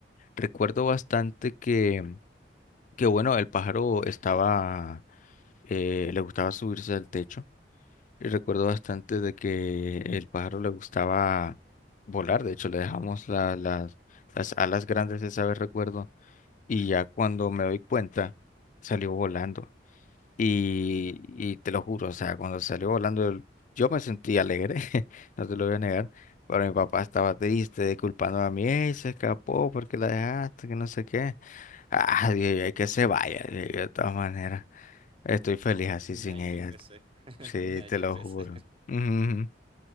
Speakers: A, on the left; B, on the right.
A: Recuerdo bastante que, que bueno, el pájaro estaba, eh, le gustaba subirse al techo. Y recuerdo bastante de que el pájaro le gustaba volar, de hecho le dejamos la- las, las alas grandes esa vez, recuerdo, y ya cuando me doy cuenta, salió volando. Y, y te lo juro, o sea, cuando salió volando, el- yo me sentí alegre, <laughs> no te lo voy a negar, pero mi papá estaba triste, culpando a mí, "Ey, se escapó porque la dejaste, que no sé qué. Ah, dije, yo, "Ay, que se vaya, dije yo, de todas maneras, estoy feliz así
B: Me
A: sin
B: dañó
A: ella,
B: el PC. <laughs>
A: sí,
B: Me dañó
A: te lo
B: el PC.
A: juro.
B: <laughs>
A: Ujú,